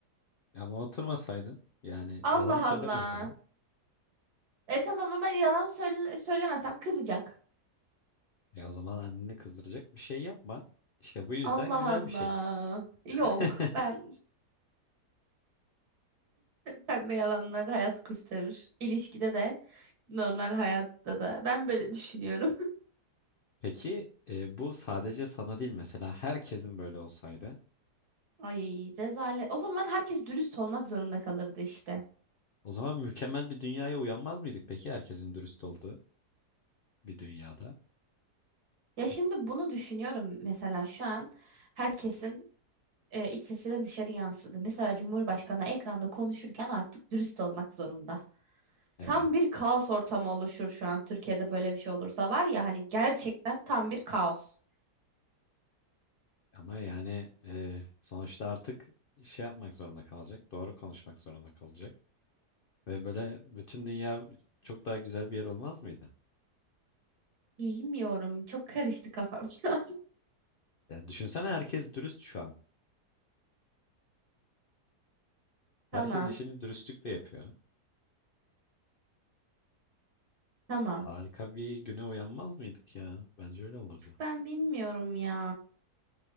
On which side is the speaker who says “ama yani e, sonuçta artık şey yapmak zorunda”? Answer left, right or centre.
Left